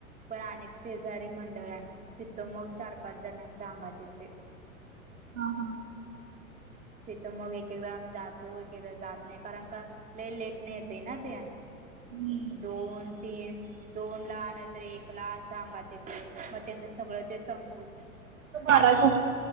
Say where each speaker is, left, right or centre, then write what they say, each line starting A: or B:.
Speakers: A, on the right (about 20°); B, on the right (about 65°).
A: पण अनेक शेजारी मंडळ आहे तिथं मग चार, पाच जणांच्या अंगात येते.
B: हा हा.
A: तिथं मग एक एकदा आम्ही जातो एक एकदा जात नाही कारण का लय लेट नाही येते ना त्या.
B: हम्
A: दोन तीन दोन ला नतर एकला स सांगाथ मग त्यांचं सगळं समपूस <inaudible>
B: ारा <inaudible>